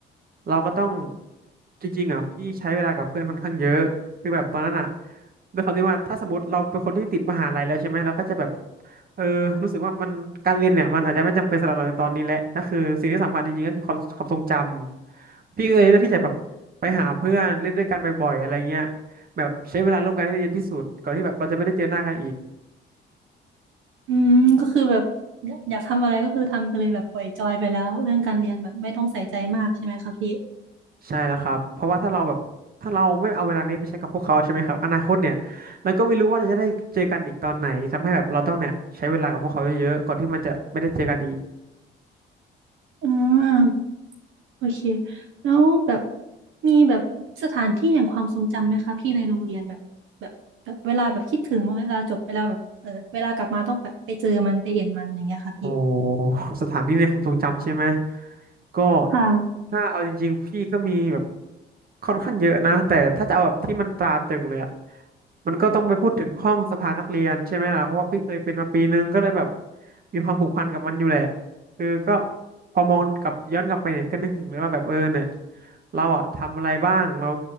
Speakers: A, on the right (about 50°); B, on the right (about 80°).
A: เราก็ต้องจริงๆอ่ะพี่ใช้เวลากับเพื่อนค่อนข้างเยอะคือแบบตอนนั้นอ่ะด้วยความที่ว่าถ้าสมมติเราเป็นคนที่ติดมหาลัยแล้วใช่ไหมเราก็จะแบบเออรู้สึกว่ามันการเรียนเนี่ยมันอาจจะไม่จำเป็นสำหรับเราในตอนนี้แหละนั่นคือสิ่งที่สำคัญจริงๆก็คือความความทรงจำพี่ก็เลยเลือกที่จะแบบไปหาเพื่อนเล่นด้วยกันบ่อยๆอะไรเงี้ยแบบใช้เวลาร่วมกันให้เยอะที่สุดก่อนที่แบบเราจะไม่ได้เจอหน้ากันอีก
B: อืมก็คือแบบอยากอยากทำอะไรก็คือทำไปเลยแบบปล่อยจอยไปแล้วเรื่องการเรียนแบบไม่ต้องใส่ใจมากใช่ไหมคะพี่
A: ใช่แล้วครับเพราะว่าถ้าเราแบบถ้าเราไม่เอาเวลานี้ไปใช้กับพวกเขาใช่ไหมครับอนาคตเนี่ยเราก็ไม่รู้ว่าจะได้เจอกันอีกตอนไหนทำให้แบบเราต้องเนี่ยใช้เวลากับพวกเขาเยอะๆก่อนที่มันจะไม่ได้เจอกันอีก
B: อืม โอเค แล้วแบบมีแบบสถานที่แห่งความทรงจำไหมคะพี่ในโรงเรียนแบบแบบแบบเวลาแบบคิดถึงเวลาจบไปแล้วแบบเออเวลากลับมาต้องแบบไปเจอมันไปเห็นมันอย่างเงี้ยค่ะพี่
A: โอ้สถานที่ในความทรงจำใช่ไหมก็
B: ค่ะ
A: ถ้าเอาจริงๆพี่ก็มีแบบค่อนข้างเยอะนะแต่ถ้าจะเอาแบบที่มันตราตรึงเลยอะมันก็ต้องไปพูดถึงห้องสภานักเรียนใช่ไหมล่ะเพราะว่าพี่เคยเป็นมาปีนึงก็เลยแบบมีความผูกพันกับมันอยู่แหละคือก็พอมองกลับย้อนกลับไปเนี่ยก็นึกถึงเลยว่าแบบเออเนี่ยเราอะทำอะไรบ้างเรา